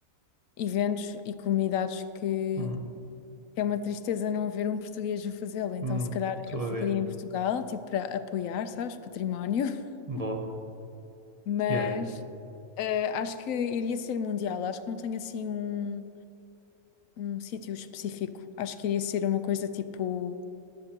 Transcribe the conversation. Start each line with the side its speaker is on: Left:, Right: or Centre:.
Left: eventos e comunidades que,
Right: Uhum.
Left: que é uma tristeza não haver um português a fazê-lo. Então,
Right: Hum,
Left: se calhar
Right: Estou
Left: eu ficaria
Right: a ver.
Left: em Portugal, tipo, para apoiar, sabes? Património, <laughs>
Right: Boa.
Left: mas
Right: Yeah, yeah,
Left: eh, acho que iria ser mundial, acho que não tenho assim um. um sítio específico. Acho que iria ser uma coisa tipo